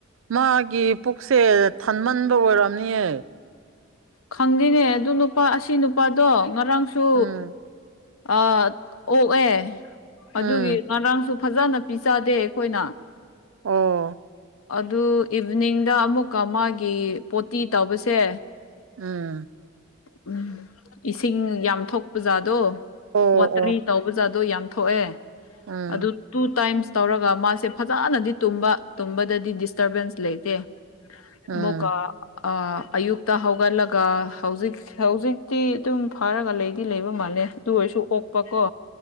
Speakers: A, on the right (about 65°); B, on the left (about 80°).
A: ꯃꯥꯒꯤ ꯄꯨꯛꯁꯦ ꯊꯟꯃꯟꯕ ꯑꯣꯏꯔꯝꯅꯤꯌꯦ
B: ꯈꯪꯗꯦꯅꯦ ꯑꯗꯨ ꯅꯨꯄꯥ ꯑꯁꯤ ꯅꯨꯄꯥꯗꯣ ꯉꯔꯥꯡꯁꯨ
A: ꯎꯝ
B: ꯑ ꯑꯣꯛꯑꯦ
A: ꯎꯝ
B: ꯑꯗꯨꯒꯤ ꯉꯔꯥꯡꯁꯨ ꯐꯖꯅ ꯄꯤꯖꯗꯦ ꯑꯩꯈꯣꯏꯅ
A: ꯑꯣ
B: ꯑꯗꯨ ꯏꯚꯅꯤꯡꯗ ꯑꯃꯨꯛꯀ ꯃꯥꯒꯤ ꯄꯣꯇꯤ ꯇꯧꯕꯁꯦ
A: ꯎꯝ
B: ꯎꯝ ꯏꯁꯤꯡ ꯌꯥꯝ ꯊꯣꯛꯄ ꯖꯥꯗꯣ
A: ꯑꯣ
B: ꯋꯥꯇꯔꯤ
A: ꯑꯣ
B: ꯇꯧꯕ ꯖꯥꯗꯣ ꯌꯥꯝ ꯊꯣꯛꯑꯦ
A: ꯎꯝ
B: ꯑꯗꯨ ꯇꯨ ꯇꯥꯏꯝꯁ ꯇꯧꯔꯒ ꯃꯥꯁꯦ ꯐꯖꯅꯗꯤ ꯇꯨꯝꯕ ꯇꯨꯝꯕꯗꯗꯤ ꯗꯤꯁꯇꯔꯕꯦꯟꯁ ꯂꯩꯇꯦ
A: ꯎꯝ
B: ꯑꯃꯨꯀ ꯑ ꯑꯌꯨꯛꯇꯛꯇ ꯍꯒꯜꯂꯒ ꯍꯧꯖꯤꯛ ꯍꯧꯖꯤꯛꯇꯤ ꯑꯗꯨꯝ ꯐꯥꯔꯒ ꯂꯩꯗꯤ ꯂꯩꯕ ꯃꯥꯜꯂꯦ ꯑꯗꯨ ꯑꯣꯏꯔꯁꯨ ꯑꯣꯛꯄꯀꯣ